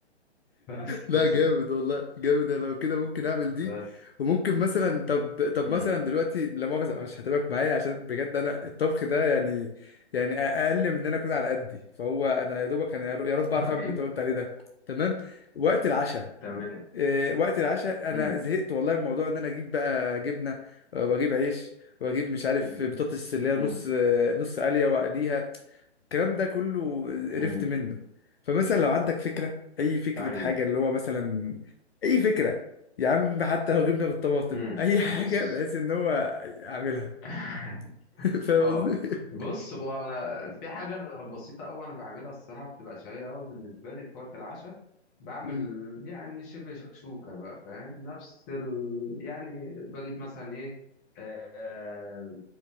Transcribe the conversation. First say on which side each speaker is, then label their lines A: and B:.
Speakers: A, on the left (about 20°); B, on the left (about 60°).
A: بس
B: لا
A: <laughs>
B: جامد والله جامد أنا لو كده ممكن اعمل دي
A: بس
B: وممكن مثلا طب طب
A: مم.
B: مثلا دلوقتي لا مؤاخذة معلش هتابعك معايا عشان بجد انا الطبخ ده يعني يعني اقل من ان انا اكون على قدي فهو انا يا دوبك انا يا رب اعرف اعمل
A: ايوه
B: اللي انت قلت عليه ده تمام وقت العشاء
A: تمام
B: إيه، وقت العشاء انا
A: مم.
B: زهقت والله من موضوع ان انا اجيب بقى جبنه آه، واجيب عيش واجيب مش عارف
A: مم.
B: بطاطس اللي هي نص
A: مم.
B: آه، نص قليه واقليها الكلام ده كله قرفت
A: مم.
B: منه فمثلا لو عندك فكره اي فكره
A: ايوه
B: حاجه اللي هو مثلا اي فكره يا عم حتى لو جبنه بالطماطم
A: مم.
B: <laughs> اي حاجه
A: بص
B: بحيث ان هو اعملها
A: <laughs>
B: <laughs> فاهم
A: اه
B: قصدي؟
A: بص هو في حاجة بسيطة أوي أنا بعملها الصراحة بتبقى شهية أوي بالنسبة لي في وقت العشاء بعمل
B: مم،
A: يعني شبه شكشوكة بقى فاهم نفس ال... يعني بجيب مثلا إيه آه